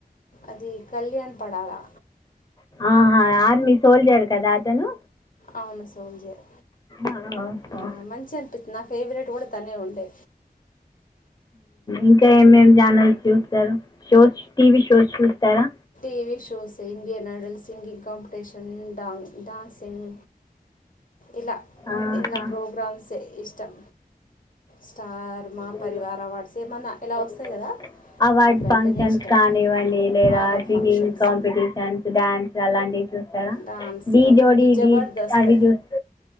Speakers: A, on the left (about 55°); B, on the left (about 25°).
A: అది కళ్యాణ్ పడాలా
B: ఆహా ఆర్మి సోల్జర్ కదా అతను
A: అవును సోల్జర్
B: ఆ ఓ హో
A: నా మంచి నా ఫేవరెట్ కూడా తనే ఉండే
B: ఇంకా ఏమేం ఛానల్స్ చూస్తారు షోస్ టీవీ షోస్ చూస్తరా
A: TV shows Indian Idol singing competition dancing ఇలా
B: ఆహా
A: ఇలా ప్రోగ్రామ్సే ఇష్టం స్టార్ మా
B: పో
A: పరివార్ అవార్డ్స్ ఏమన్నా ఇలా వస్తాయి
B: స స
A: కదా
B: అవార్డ్
A: అవి వెంటనే
B: ఫంక్షన్స్
A: ఇష్టం
B: కానివండి లేదా
A: award
B: singing
A: functions
B: competitions dance అలాంటి చూస్తార
A: డాన్స్
B: ఢీ జోడి
A: ముందు జబర్దస్త్
B: డీ అది చూస్త